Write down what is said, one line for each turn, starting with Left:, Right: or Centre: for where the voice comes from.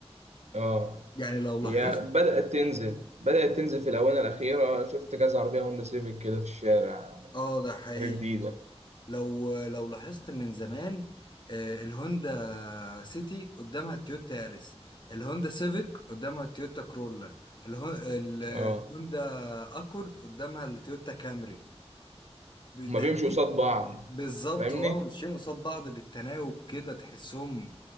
Right: اه
Left: يعني لو لاحظت
Right: هي بدأت تنزل بدأت تنزل في الآونة الأخيرة شفت كذا عربية هوندا سيفيك كده في الشارع
Left: اه ده حقيقي
Right: حاجة جديدة
Left: لو لو لاحظت من زمان آه، الهوندا سيتي قدامها التويوتا ياريس الهوندا سيفيك قدامها التويوتا كرولا الهون- الهوندا
Right: اه
Left: اكورد قدامها التويوتا كامري
Right: هما
Left: داخلين
Right: بيمشوا قصاد بعض
Left: بالظبط
Right: فاهمني؟
Left: اه ماشيين قصاد بعض بالتناوب كده تحسهم